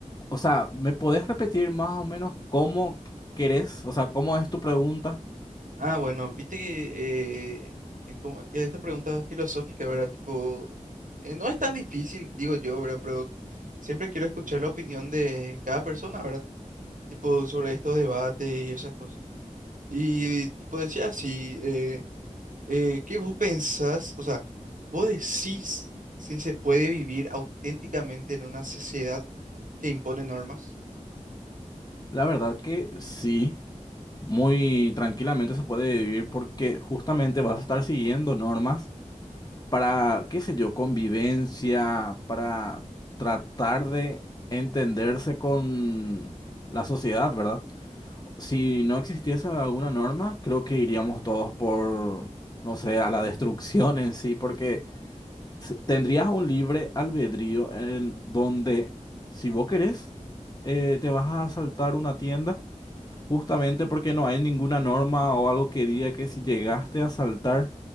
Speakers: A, on the left; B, on the right.
A: o sea, ¿me podés repetir más o menos cómo querés? O sea, ¿cómo es tu pregunta?
B: Ah, bueno, viste que eh, es como que esta pregunta filosófica, ¿verdad? Tipo, eh, no es tan difícil, digo yo, ¿verdad? Pero siempre quiero escuchar la opinión de cada persona, ¿verdad? Tipo, sobre estos debates y esas cosas. Y tipo decía así, eh, eh, ¿qué vos pensás? O sea, vos decís si se puede vivir auténticamente en una sociedad que impone normas.
A: La verdad que sí, muy tranquilamente se puede vivir porque justamente vas a estar siguiendo normas para, qué sé yo, convivencia, para tratar de entenderse con la sociedad, ¿verdad? Si no existiese alguna norma, creo que iríamos todos por, no sé, a la destrucción en sí, porque s- tendrías un libre albedrío en donde, si vos querés, eh, te vas a asaltar una tienda, justamente porque no hay ninguna norma o algo que diga que si llegaste a asaltar,